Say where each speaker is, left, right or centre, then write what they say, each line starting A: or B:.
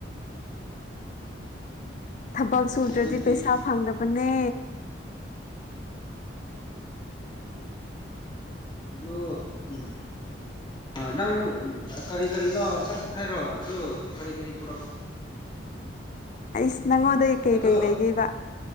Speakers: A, on the left (about 40°); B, on the left (about 25°).
A: ꯊꯕꯛ ꯁꯨꯗ꯭ꯔꯗꯤ
B: ꯍꯧꯖꯤꯛꯇꯤ
A: ꯄꯩꯁꯥ ꯐꯪꯗꯕꯅꯦ
B: ꯗꯨ ꯎꯝ ꯅꯪ ꯀꯔꯤ ꯀꯔꯤꯅꯣ ꯁꯠ ꯁꯠ ꯍꯥꯏꯔꯣ ꯑꯗꯨ ꯀꯔꯤ ꯀꯔꯤ ꯄꯨꯔꯛ
A: ꯑꯩꯁ ꯅꯪꯉꯣꯟꯗꯒꯤ ꯀꯩꯀꯩ
B: ꯑꯗꯣ
A: ꯂꯩꯒꯦꯕ